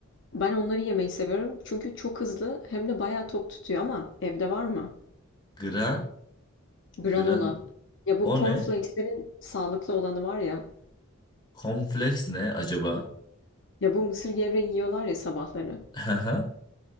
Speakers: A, on the left (about 55°); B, on the left (about 20°).
A: Ben onları yemeyi seviyorum çünkü çok hızlı hem de bayağı tok tutuyor ama evde var mı?
B: Gran,
A: Granola.
B: gran
A: Ya bu
B: o
A: cornflakes'lerin
B: ne?
A: sağlıklı olanı var ya.
B: Kompleks ne acaba?
A: Ya bu mısır gevreği yiyorlar ya sabahları.
B: <laughs> Haha,